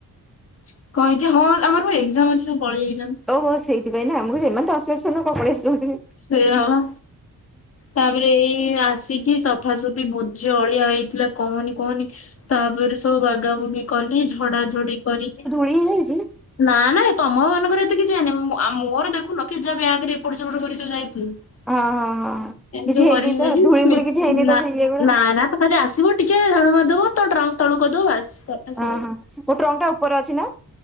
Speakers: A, on the left; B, in the centre.
A: ଙ୍କ ହେଇଛି ହଁ ଆମର ପା ଏଗଜାମ ଅଛି ସବୁ ପଳେଇ ଆସିଛନ୍ତି
B: ଓହୋ ସେଇଥିପାଇଁ ନା ମୁଁ କୋଉଚି ଏମାନେ ତ ଆସିବା ଛୁଆ ନୁଅ ଙ୍କ ପାଳିଆଇଚନ୍ତି।
A: ସେୟପା। ତାପରେ ଏଇ ଆସିକି ସଫାସଫି ଭୋଜି ଅଳିଆ ହେଇଥିଲା। କହନି କହନି।। ତାପରେ ସବୁ ବାଗବୁଗି କଲି ଝଡା ଝଡି କରିକି।
B: ହେଇଯାଉଚି।
A: ନା ନାଇଁ ତମ ମାନଙ୍କର ଏତେ କିଛି ଯାଇନି ମୋର ଦେଖୁନ କେ ଯାହାହାଗରେ ଏପଟ ସେପଟ କରି ସବୁ ଯାଇଥିଲି।
B: ହଁ ହଁ ହଁ ହଁ
A: ଏ
B: କିଛି ହେଇନି
A: କରି
B: ତ ଧୂଳି
A: ସ୍ମ
B: ମୂଳି କିଛି ହେଇନି ତ
A: ନା
B: ସେଇ ଇଏ ଗୁଡା
A: ନା। ଖଲେ ଆସିବ ଟିକେ ଝାଡୁ କରି ଦବ ତ ଟ୍ରଙ୍କ ତଳୁ କରି ଦବ ବାସ।
B: ହଁ ହଁ। ମୋ ତ୍ରଙ୍କ ଟା ଉପରେ ଅଛି ନା